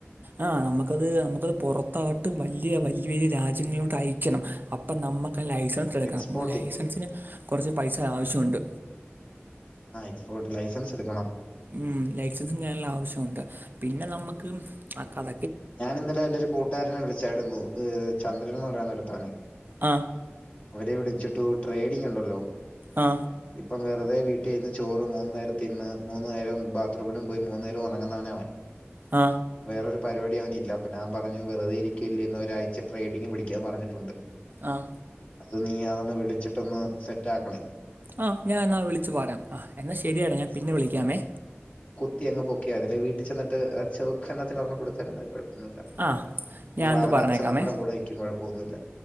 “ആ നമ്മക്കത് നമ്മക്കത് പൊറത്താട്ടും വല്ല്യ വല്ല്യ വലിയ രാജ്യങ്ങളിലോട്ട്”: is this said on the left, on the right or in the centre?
Right